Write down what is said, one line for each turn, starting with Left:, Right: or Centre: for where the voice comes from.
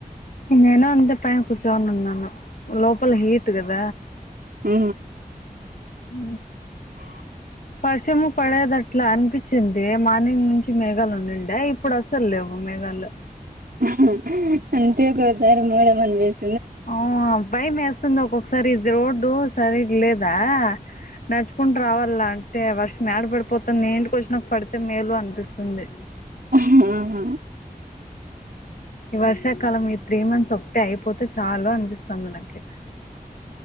Left: నేనా అంతే పైన కూర్చోని ఉన్నాను లోపల హీట్ కద
Right: ఉ
Left: ఉ
Right: <inaudible>
Left: వర్షము పడేది అట్లా అనిపించింది మార్నింగ్ నుంచి మేఘాలు ఉండండే ఇప్పుడు అసలు లేవు మేఘాలు
Right: <unintelligible> అంతే ఒకొసారి మూడ మ <unintelligible>
Left: ఆవ్ భయం మేస్తుంది ఒక్కసారి ఇది రోడ్డు సరిగా లేదా నడుచుకుంటు రావాల అంటే వర్షం ఎడ పడిపోతుంది నే ఇంటికి వచ్చినక పడితే మేలు అనిపిస్తుంది
Right: హ్మ్హు
Left: ఈ వర్షాకాలం ఈ త్రీ మంత్స్ ఒకటె అయిపోతే చాలు అనిపిస్తంది నాకి